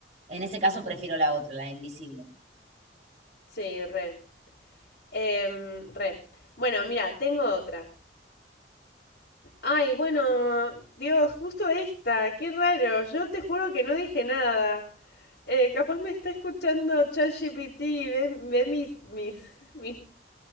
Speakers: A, on the right (about 40°); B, on the left (about 65°).
A: En ese caso prefiero la otra, la invisible.
B: sí, re. Em, re. Bueno, mira, tengo otra. Ay, bueno, Dios, justo esta, qué raro, yo te juro que no dije nada. Eh, capaz me está escuchando ChatGPT y ve, ve mis, mis, mis,